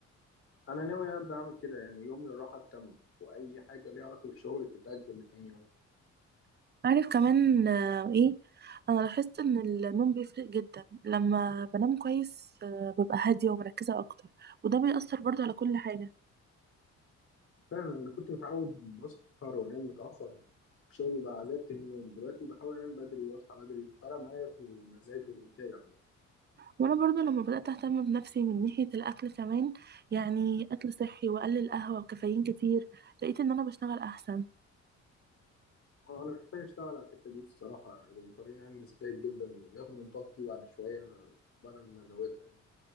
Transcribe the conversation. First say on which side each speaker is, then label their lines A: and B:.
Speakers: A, on the left; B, on the right.
A: انا ناوي ابدا اعمل كده يعني يوم للراحه التامه واي حاجه ليها علاقه بالشغل تتاجل لتاني يوم
B: عارف كمان آه، ايه انا لاحظت ان النوم بيفرق جدا لما بنام كويس آه، ببقى هادية ومركزة اكتر وده بيأثر برضو على كل حاجة
A: فعلا انا كنت متعود بسهر وانام متاخر الشغل بقى عذاب تاني يوم دلوقتي بحاول انام بدري واصحى بدري فرق معايا في المزاج والانتاج عامه
B: وانا برضو لما بدات اهتم بنفسي من ناحيه الاكل كمان يعني اكل صحي واقلل قهوه وكافيين كتير لقيت ان انا بشتغل احسن
A: آه، انا محتاج اشتغل على الحته دي الصراحه يعني طبيعي عندي سيء جدا بياخد من طاقتي بعد شويه بدل ما ازودها يعني